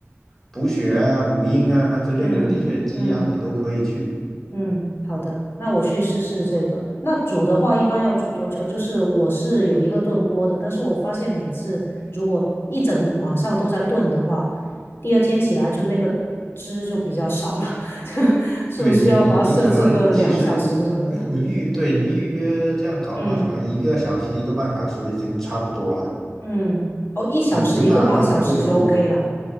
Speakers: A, in the centre; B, on the left.
A: 补血啊、补阴啊之类的，
B: 嗯嗯嗯。
A: 的确鸡鸭你都可以去。
B: 嗯，好的，那我去试试这个。那煮的话，一般要煮多久啊？就是我是有一个炖锅的，但是我发现每次如果一整晚上都在炖的话，第二天起来就那个汁就比较少了，<laughs> 就是不是要把它设置个两小时什么的？
A: 对你，你你可能其实你预对你预约这样搞的话，
B: 嗯
A: 可能一个小时、一个半小时已经差不多了。
B: 嗯，哦，一小时一个半小时就
A: 你你就拿那种炖锅，
B: OK 了。